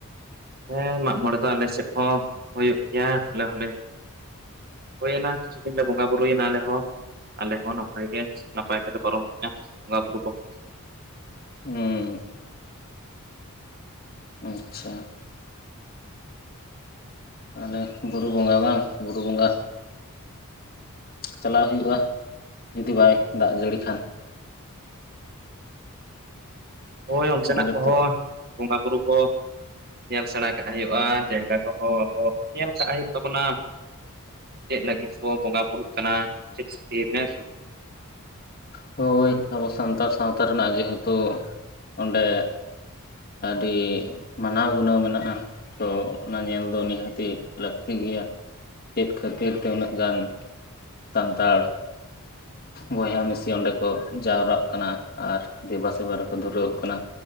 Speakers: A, on the right; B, on the left.
A: ᱦᱮᱸ ᱢᱟᱜᱽᱢᱚᱬᱮ ᱫᱚ ᱟᱞᱮ ᱥᱮᱫ ᱦᱚᱸ ᱦᱩᱭᱩᱜ ᱜᱮᱭᱟ ᱟᱞᱮ ᱦᱚᱸᱞᱮ ᱦᱩᱭᱮᱱᱟ ᱠᱤᱪᱷᱩ ᱫᱤᱱ ᱞᱮ ᱵᱚᱸᱜᱟ ᱵᱩᱨᱩᱭᱮᱱᱟ ᱟᱞᱮ ᱦᱚᱸ ᱟᱞᱮ ᱦᱚᱸ ᱱᱟᱯᱟᱭ ᱜᱮ ᱱᱟᱯᱟᱭ ᱛᱮᱞᱮ ᱯᱟᱨᱚᱢ ᱠᱮᱫᱼᱟ ᱵᱚᱸᱜᱟ ᱵᱩᱨᱩ ᱠᱚᱦᱚᱸ
B: ᱦᱩᱸ ᱟᱪᱪᱷᱟ ᱛᱟᱦᱚᱞᱮ ᱵᱩᱨᱩ ᱵᱚᱸᱜᱟ ᱵᱟᱝ ᱵᱩᱨᱩ ᱵᱚᱸᱜᱟ ᱪᱟᱞᱟᱣ ᱦᱩᱭᱩᱜᱼᱟ ᱡᱩᱫᱤ ᱵᱟᱭ ᱫᱟᱜ ᱡᱟᱹᱲᱤ ᱠᱷᱟᱱ
A: ᱦᱳᱭ ᱚᱱᱛᱮ
B: ᱚᱸᱰᱮ
A: ᱱᱟᱜ ᱠᱚᱦᱚᱸ
B: ᱫᱚ
A: ᱵᱚᱸᱜᱟ ᱵᱩᱨᱩ ᱠᱚ ᱧᱮᱞ ᱥᱮᱬᱟ ᱠᱟᱜ ᱦᱩᱭᱩᱜᱼᱟ ᱡᱟᱭᱜᱟ ᱠᱚᱦᱚᱸ ᱟᱵᱚ ᱧᱮᱞ ᱠᱟᱜ ᱦᱩᱭᱩᱜ ᱛᱟᱵᱚᱱᱟ ᱪᱮᱫ ᱞᱟᱹᱜᱤᱫ ᱵᱚ ᱵᱚᱸᱜᱟ ᱵᱩᱨᱩᱜ ᱠᱟᱱᱟ ᱪᱮᱫ ᱠᱷᱟᱹᱛᱤᱨ ᱦᱮ ᱥᱮ ᱵᱟᱝ
B: ᱦᱳᱭ ᱟᱵᱚ ᱥᱟᱱᱛᱟᱲ ᱥᱟᱶᱛᱟ ᱨᱮᱱᱟᱜ ᱡᱮᱦᱮᱛᱩ ᱚᱸᱰᱮ ᱟᱹᱰᱤ ᱢᱟᱱᱟᱣ ᱜᱩᱱᱟᱹᱣ ᱢᱮᱱᱟᱜᱼᱟ ᱛᱚ ᱚᱱᱟ ᱧᱮᱞ ᱫᱚ ᱱᱤᱦᱟᱹᱛᱤ ᱞᱟᱹᱠᱛᱤ ᱜᱮᱭᱟ ᱪᱮᱫ ᱠᱷᱟᱹᱛᱤᱨ ᱛᱮ ᱩᱱᱟᱹᱜ ᱜᱟᱱ ᱥᱟᱱᱛᱟᱲ ᱵᱚᱭᱦᱟ ᱢᱤᱥᱤ ᱚᱸᱰᱮ ᱠᱚ ᱡᱟᱣᱨᱟᱜ ᱠᱟᱱᱟ ᱟᱨ ᱫᱮᱵᱟ ᱥᱮᱵᱟ ᱨᱮᱠᱚ ᱫᱷᱩᱨᱟᱹᱣᱚᱜ ᱠᱟᱱᱟ